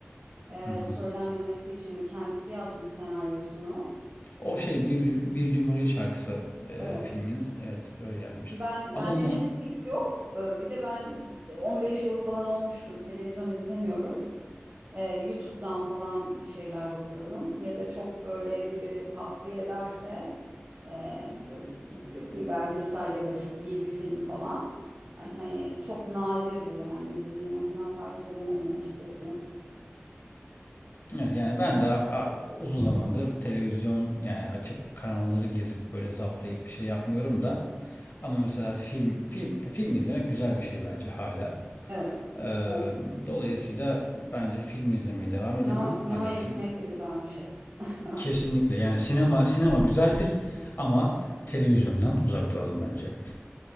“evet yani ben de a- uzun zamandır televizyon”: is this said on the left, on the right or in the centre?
Left